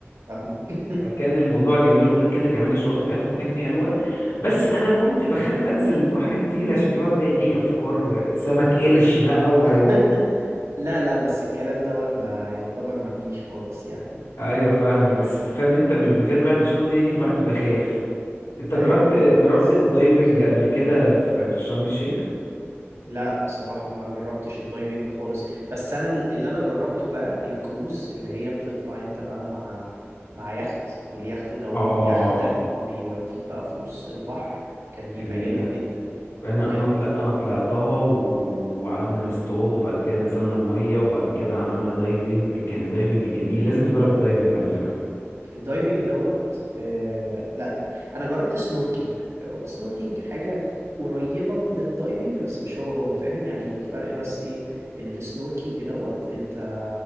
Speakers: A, on the right; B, on the left.
A: فاهمك <laughs>
B: فكان الموضوع جميل وغير كده كمان الشواطئ بتاعتهم كانت حلوه بس
A: أمم.
B: انا كنت بخاف انزل البحر كتير عشان بيقعد بقى يجيلي افكار سمك قرش
A: <laughs>
B: بقى وهيقعد
A: لا لا بس الكلام دوت ما يعتبر ما فيش خالص يعني ف
B: ايوه فاهمك بس فاهم انت من الفيديوهات الواحد بيشوف الدنيا دي فالواحد بيبقى خايف انت
A: لا
B: جربت
A: يا عم
B: جربت
A: لا بس
B: الدايفنج
A: بس قشطة
B: قبل
A: يعني
B: كده في في شرم الشيخ
A: لا صراحة ما جربتش الدايفنج خالص بس انا ال- اللي انا جربته بقى الكروز اللي هي بتطلع انت بقى مع مع يخت واليخت دوت
B: اه
A: بياخدك وبيوديك بقى في نص البحر كان بيبقى
B: جميلة
A: جامد جدا
B: انا
A: بجد
B: انا طلع انا طلعتها و- وقعدنا نصطاد وبعد كده نزلنا المية وبعد كده عملنا دايفنج كان الدايفنج جميل لازم تجرب الدايفنج على فكرة
A: الدايفنج دوت آه لا انا جربت سنوركينج السنوركينج حاجة قريبة من الدايفنج بس مش هو هو فاهم يعني الفرق بس ايه ان السنوركينج دوت انت